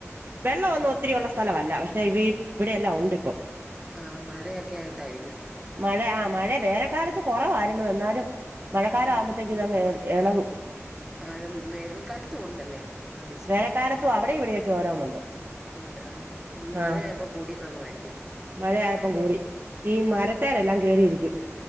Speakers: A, on the right (about 45°); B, in the centre.
A: വെള്ള വൊന്നും ഒത്തിരി യൊള്ള സ്ഥലവല്ല പക്ഷെ ഈ ഇവിടെയെല്ലാം ഉണ്ട് ഇപ്പൊ
B: ആ മഴയൊക്കെ ആയിട്ടായിരിക്കും
A: മഴ ആ മഴ വേനെ കാലത്ത് കുറവായിരുന്നു എന്നാലും മഴക്കാലം
B: ആ
A: ആകുമ്പത്തേക്ക് ഇതങ്ങ് എളകും
B: ആ വേനൽക്കാലത്തു ഉണ്ടല്ലേ അത് ശരി
A: വേനക്കാലത്തും അവിടെയും ഇവിടെയൊക്കെ ഓരോന്നുണ്ട്
B: ഉണ്ട് ആ മഴയായപ്പോ
A: ആഹ്
B: കൂടി കാണുമായിരിക്കും
A: മഴയായപ്പം കൂടി ഈ മരത്തേ ലെല്ലാം കേറിയിരിക്കും